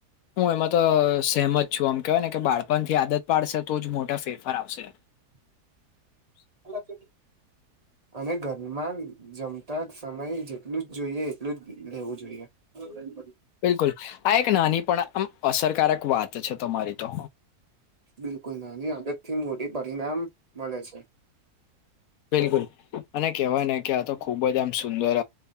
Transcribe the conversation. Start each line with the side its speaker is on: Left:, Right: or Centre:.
Left: હું એમાં તો સહેમત છું આમ કેહેવાય ને કે બાળપણ થી આદત પાડશે તો જ મોટા ફેરફાર આવશે.
Right: <unintelligible>
Left: <inaudible>
Right: અને ઘરમાં જમતા સમયે જેટલું જોઈએ એટલું જ લેવું જોઈએ. <unintelligible>
Left: બિલકુલ આ એક નાની પણ અસરકારક વાત છે તમારી તો.
Right: બિલકુલ નાની આદતથી મોટુ પરિણામ મળે છે.
Left: બિલકુલ. અને કેહેવાય ને કે આ તો ખુબ જ સુંદર